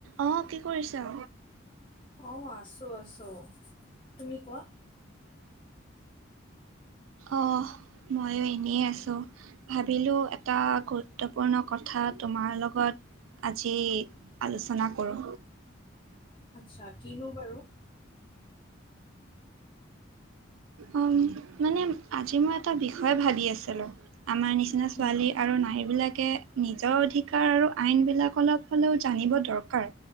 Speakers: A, on the right; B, on the left.
A: আহ কি কৰিছা?
B: অ আছোঁ আছোঁ। তুমি কোৱা?
A: অ মইও এনে আছো ভাবিলো এটা কল- গুৰুত্বপূৰ্ণ কথা তোমাৰ লগত আজি আলোচনা কৰোঁ।
B: চা কিনো বাৰু?
A: অ মানে আজি মই এটা বিষয় ভাবি আছিলোঁ। আমাৰ নিচিনা ছোৱালী
B: উম,
A: আৰু নাৰী বিলাক- নিজৰ অধিকাৰ আৰু আইনবিলাক অলপ হ'লেও জানিব দৰকাৰ